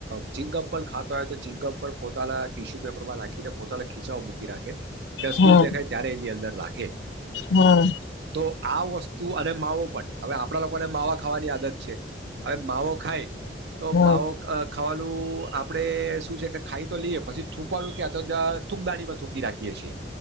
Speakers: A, on the right; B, on the left.
A: ચિંગમ્પ ખાતા હોય, તો ચિંગમ્પ પણ પોતાના ટિશ્યુ પેપરમાં નાખી લે પોતાના ખીચા માં મૂકી રાખે ડસ્ટબીન
B: હમ
A: દેખાય ત્યારે એની અંદર રાખે.
B: હમ
A: તો આ વસ્ તું, અને માવો પણ, હવે આપણા લોકોને માવા ખાવાની આદત છે. હવે માવો ખાય, તો
B: હમ
A: માવો ખ ખાવાનું આપડે શું છે કે ખાઈ તો લીએ, પછી થૂકવાનું કયાં, તો દ થૂંકદાનીમાં થૂંકી રાખીએ છીએ.